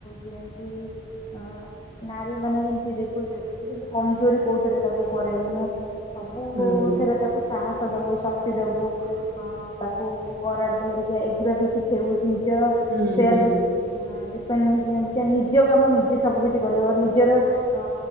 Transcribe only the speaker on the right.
ହୁଁ
ହୁଁ
ହୁଁ।